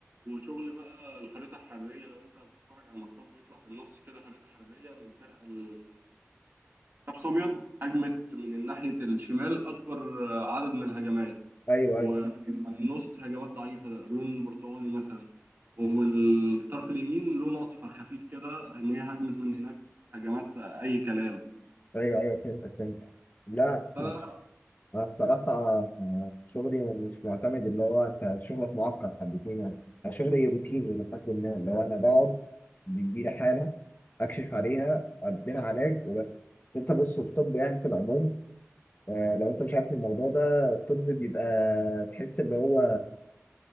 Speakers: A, on the right; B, on the left.
A: وشغل بقى الخريطة الحرارية لو انت بتتفرج على الماتشات بيطلع في النص كده خريطة حرارية ان الفرقة ال- حبس ابيض هجمت من ناحية الشمال اكبر عدد من الهجمات
B: ايوه
A: وفي
B: ايوه
A: النص هجمات ضعيفة لون برتقاني مثلا والطرف اليمين لون اصفر خفيف كده ان هي هجمت من هناك هجمات اي كلام
B: ايوه ايوه فهمتك فهمتك لا احنا
A: فأنا
B: أنا الصراحة شغلي مش معتمد اللي هو أنت شغلك معقد حبتين يعني أنا شغلي روتيني لحد ما لو أنا بقعد بيجيلي حالة أكشف عليها أديلها علاج وبس بس أنت بص الطب يعني في العموم آه، لو أنت مش عارف الموضوع ده الطب بيبقى تحس اللي هو